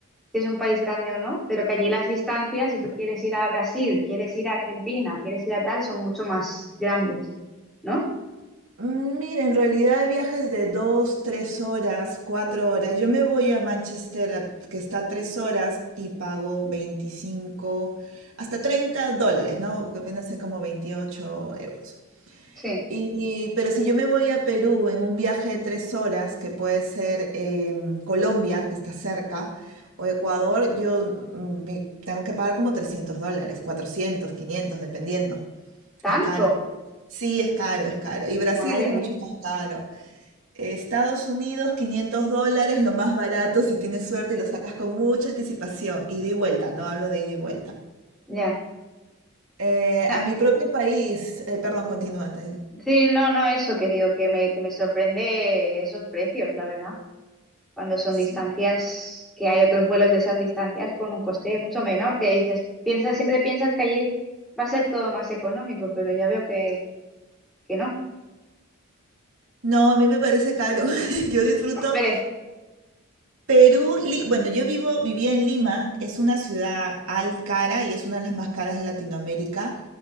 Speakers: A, in the centre; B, on the right.
A: si es un país grande o no, pero que allí las distancias, si tú quieres ir a Brasil, quieres ir a Argentina, quieres ir a tal, son mucho más grandes, ¿no?
B: Mm, Mira, en realidad hay viajes de dos, tres horas, cuatro horas. Yo me voy a Manchester, a- que está a tres horas, y pago 25 hasta 30 dólares, ¿no? Que viene a ser como 28 euros.
A: Sí.
B: Y, pero si yo me voy a Perú en un viaje de tres horas, que puede ser em, Colombia, que está cerca, o Ecuador, yo mm, me- tengo que pagar como 300 dólares, 400 500 dependiendo.
A: ¿Tanto?
B: Es caro. Sí, es caro, es caro. Y Brasil
A: Madre
B: es mucho
A: mía.
B: más caro. Estados Unidos, 500 dólares, lo más barato si tienes suerte y lo sacas con mucha anticipación. Ida y vuelta, no hablo de ida y vuelta.
A: Ya.
B: Eh,
A: No,
B: a mi propio país, eh, perdón, continúa. te-
A: Sí, no, no, eso que digo, que me, que me sorprende esos precios, la verdad, cuando son
B: Sí.
A: distancias, que hay otros vuelos de esas distancias con un coste mucho menor, que dices, piensas, siempre piensas que allí va a ser todo más económico, pero ya veo que, que no.
B: No, a mí me parece caro. <laughs> Yo disfruto
A: Veré,
B: Perú. Li- bueno, yo vivo, vivía en Lima, es una ciudad al cara y es una de las más caras de Latinoamérica.